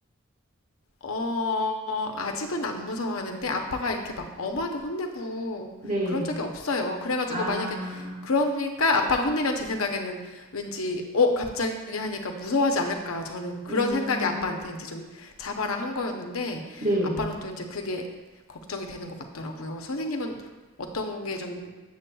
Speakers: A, on the left; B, on the right.
A: 어, 아직은 안 무서워하는데 아빠가 이렇게 막 엄하게 혼내고
B: 네.
A: 그런 적이 없어요. 그래가지고
B: 아,
A: 만약에 그러니까 아빠가 혼내면 제 생각에는 왠지 어, 갑자기 하니까 무서워하지 않을까. 저는 그런
B: 음,
A: 생각이 아빠한테 이제 좀 잡아라 한 거였는데
B: 네.
A: 아빠는 또 이제 그게 걱정이 되는 것 같더라고요. 선생님은 어떤 게 좀